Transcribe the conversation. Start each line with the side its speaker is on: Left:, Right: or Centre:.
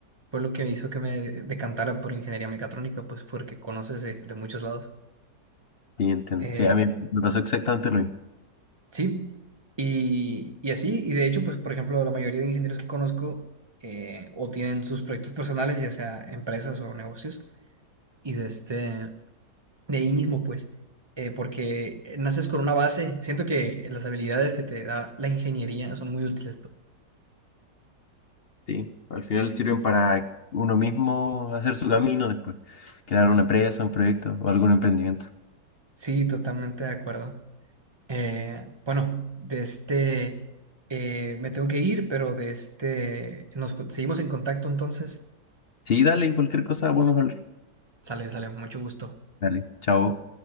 Right: fue lo que hizo que me decantara por ingeniería mecatrónica, pues porque conoces de, de muchos lados.
Left: Sí, entiendo.
Right: Eh,
Left: Sí, a mí me pasó exactamente lo mismo.
Right: Sí, y, y así, y de hecho, pues, por ejemplo, la mayoría de ingenieros que conozco eh, o tienen sus proyectos personales, ya sea empresas o negocios, y de este, de ahí mismo, pues, eh, porque naces con una base, siento que las habilidades que te da la ingeniería son muy útiles, pues.
Left: Sí, al final sirven para uno mismo hacer su camino después, crear una empresa, un proyecto o algún emprendimiento.
Right: Sí, totalmente de acuerdo. Eh, bueno, de este, eh, me tengo que ir, pero de este, nos seguimos en contacto entonces.
Left: Sí, dale, cualquier cosa podemos hablar.
Right: Sale, sale, mucho gusto.
Left: Dale, chao.